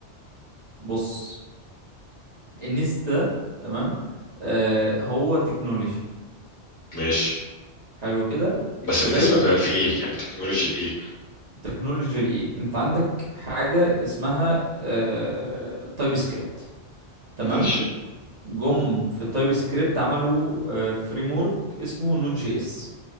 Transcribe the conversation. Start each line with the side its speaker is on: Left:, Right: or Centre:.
Right: بص النست ده تمام آه هو تكنولوجي
Left: ماشي
Right: حلو كده
Left: بس
Right: زيه
Left: بالنسبه آه، في ايه يعني تكنولوجي الايه
Right: تكنولوجيا الايه انت عندك حاجه اسمها آه... تايب سكريبت تمام
Left: ماشي
Right: جم في التايب سكريبت عملوا آه... فريم ورك اسمه نوت جي اس